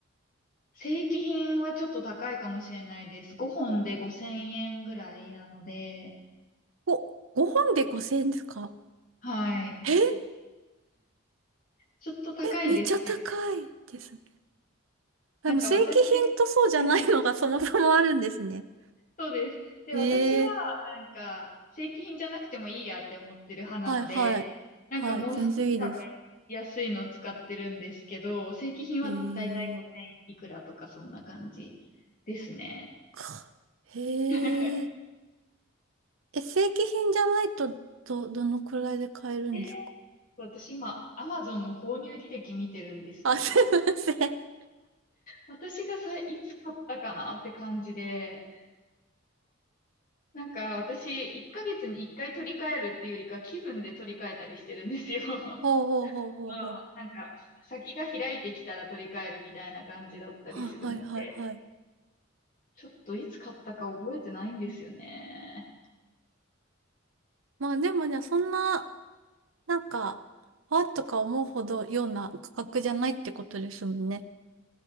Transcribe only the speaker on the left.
正規品はちょっと高いかもしれないです。5本で5000円ぐらいなので、
はい。
ちょっと高いですよ。
なんか私、はいはいはい
そうです。で、
私はなんか正規品じゃなくてもいいやって思ってる派なので、
なんかもう少し多分安いのを使ってるんですけど、
正規品はだいたい5000いくらとかそんな感じですね。
<laughs>
で私今、アマゾンの購入履歴見てるんですけど、
私がさ、いつ買ったかなって感じで、なんか私、1ヶ月に1回取り替えるっていうよりか、気分で取り替えたりしてるんですよ。<laughs>
の、なんか、先が開いてきたら取り替えるみたいな感じだったりするので、
ちょっといつ買ったか覚えてないんですよね。